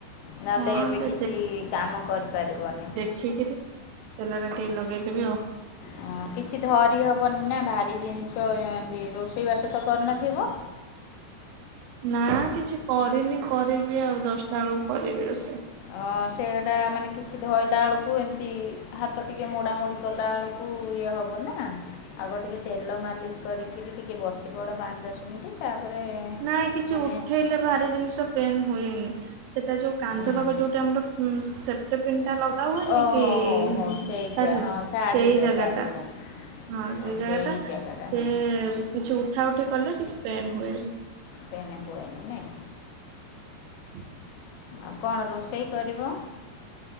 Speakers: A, on the left; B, on the right.
A: ନହେଲେ
B: ହଁ
A: ଏବେ
B: ସେ
A: କିଛି କାମ କରିପାରିବନି।
B: ଖିକିରି ତେଲ ଟା ଟିକେ ଲଗେଇଦେବି ଆଉ
A: ହଁ କିଛି ଧରି ହବନି ନା ଭାରି ଜିନିଷ ଏମିତି ରୋଷେଇବାସ ତ କରିନଥିବ।
B: ନା କିଛି କରିନି କରିବି ଆଉ ଦଶଟା ବେଳୁକୁ କରିବି ରୋଷେଇ।
A: ଆ ସେଟା ମାନେ କିଛି ଧଇଲା ବେଳୁକୁ ଏମିତି ହାତ ଟିକେ ମୋଡ଼ାମୋଡ଼ି କଲାବେଳକୁ ଇଏ ହବ ନା ଆଗ ଟିକେ ତେଲ ମାଲିସ୍ କରିକିରି ଟିକେ ବସ୍। ସେଠି ଗଡ଼ ପାଞ୍ଚ ଦଶ ମିନିଟ୍ ତାପରେ
B: ନାଇଁ କିଛି
A: ମାନେ
B: ଉଠେଇଲେ ଭାରି ଜିନିଷ ପେନ୍ ହୁଏନି। ସେଟା ଯୋଉ କାନ୍ଧ
A: ଅହଁ,
B: ପାଖ ଯୋଉଟା ଆମର ଉମ୍ ସେପ୍ ପ୍ଟିପିନ୍ ଟା ଲଗା ହୁଏନି
A: ଓହୋ
B: କି <unintelligible>
A: ହଉ ହଉ ସେଇଟା ହଁ ଶାଢ଼ୀର
B: ସେଇ ଜାଗା
A: ଶାଢ଼ୀର
B: ଟା। ହଁ ସେ
A: ଓ
B: ଜାଗା
A: ସେଇ
B: ଟା
A: ଜାଗାଟା
B: ସେ
A: ନାହିଁ
B: କିଛି ଉଠା ଉଠି କଲେ କିଛି ପେନ୍ ହୁଏନି।
A: ପେନ୍ ହୁଏନି ନାଇଁ?
B: ହୁଁ
A: ଆଉ କଣ ରୋଷେଇ କରିବ?